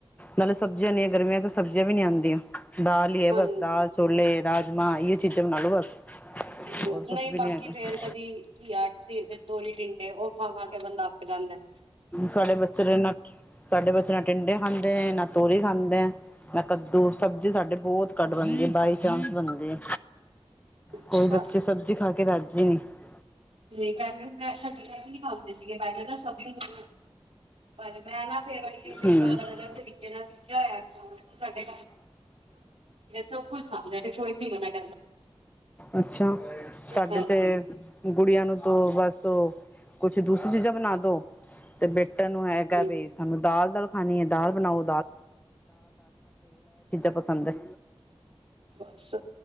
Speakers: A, on the left; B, on the right.
A: ਨਾਲੇ ਸਬਜ਼ੀਆਂ ਨੇ ਗਰਮੀਆਂ ਚ ਸਬਜ਼ੀਆਂ ਵੀ ਨੀ ਆਂਦੀਆਂ। ਦਾਲ ਈ ਐ
B: ਹਾਂਜੀ
A: ਬਸ ਦਾਲ, ਛੋਲ, ਰਾਜਮਾ। ਨ ਯੇ ਚੀਜਾ ਬਣਾ ਲੋਂ ਬਸ।
B: ਹੂੰ,
A: ਹੋਰ ਕੁਝ
B: ਨਈ
A: ਵੀ ਨਹੀਂ
B: ਬਾਕੀ
A: ਹੈਗਾ
B: ਫੇਰ ਕਦੀ <unintelligible> ਤੋਰੀ, ਟਿੰਡੇ ਉਹ ਖਾ-ਖਾ ਕੇ ਬੰਦਾ ਅੱਕ ਜਾਂਦਾ ਐ।
A: ਸਾਡੇ ਬੱਚੇ ਨ ਸਾਡੇ ਬੱਚੇ ਨਾ ਟਿੰਡੇ ਖਾਂ ਨਾ ਤੋਰੀ ਖਾਂਦੇ, ਨਾ ਕੱਦੂ ਸਬਜ਼ੀ ਸਾਡੇ ਬਹੁਤ ਘੱਟ ਬਣਦੀ ਬਾਈ ਚਾਂਸ ਬਣਦੀ ਐ।
B: ਅੱਛਾ,
A: ਕੋਈ ਬੱਚੇ ਸਬਜ਼ੀ ਖਾ ਕੇ ਰਾਜੀ ਨਹੀਂ
B: ਨਹੀਂ ਪਹਿਲੇ ਮੈਂ ਸਾਡੇ ਘਰ ਵੀ ਨੀ ਖਾਂਦੇ ਸੀਗੇ ਪਹਿਲੇ ਤਾਂ ਸਭ ਹਮ <unintelligible> ਪਰ ਮੈਂ ਨਾ ਫੇਿਰ ਉਹੀ ਯੂ <unintelligible>
A: ਹੂੰ
B: ਸਿੱਖਿਆ ਹੋਇਆ। ਸਾਡੇ ਸਭ ਕੁੱਝ ਖਾਂਦਾ ਤੇ ਕੋਈ <unintelligible> <unintelligible>
A: ਅੱਛਾ ਸਾਡੇ
B: ਹਾਂਜੀ,
A: ਤੇ ਗੁੜੀਆਂ ਨੂੰ ਤੋ ਬਸ ਉਹ ਕੁਛ ਦੂਸਰੀ ਚੀਜ਼ਾਂ ਬਣਾ ਦੋ ਤੇ ਬੇ ਿੱਟਣ <unintelligible> ਨੂੰ ਹੈਗਾ
B: ਹਮ,
A: ਬ ਸਾਨੂੰ ਦਾਲ ਦਾਲ ਖਾਣੀ ਹੈ ਦਾਲ ਬਣਾਓ ਪਸੰਦ ਹੈ
B: ਬਸ